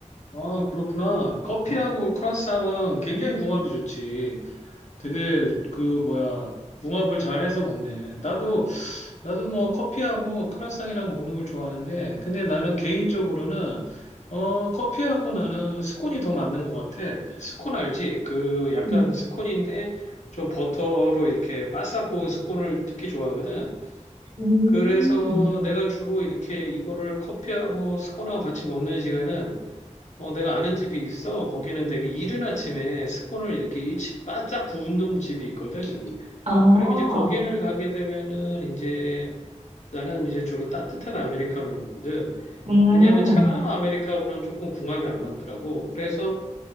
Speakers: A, on the left (about 65°); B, on the right (about 55°).
A: 아, 그렇구나. 커피하고 크라상은 굉장히 궁합이 좋지. 되게 그 뭐야 궁합을 잘해서 먹네. 나도 나도 뭐 커피하고 크라상이랑 먹는 걸 좋아하는데, 근데 나는 개인적으로는 어 커피하고 나는 스콘이 더 맞는 것 같아. 스콘 알지? 그 약간
B: 음.
A: 스콘인데 좀 버터로 이렇게 바싹 구운 스콘을 특히 좋아하거든.
B: 음,
A: 그래서 내가 주로 이렇게 이거를 커피하고 스콘하고 같이 먹는 시간은 어, 내가 아는 집이 있어. 거기는 되게 이른 아침에 스콘을 이렇게 일찍 바짝 구운 집이 있거든.
B: 아,
A: 그럼 이제 거기를 가게 되면은 이제 나는 이제 주로 따뜻한 아메리카노를 먹거든.
B: 음,
A: 왜냐하면 차가운 아메리카노는 조금 궁합이 안 맞더라고. 그래서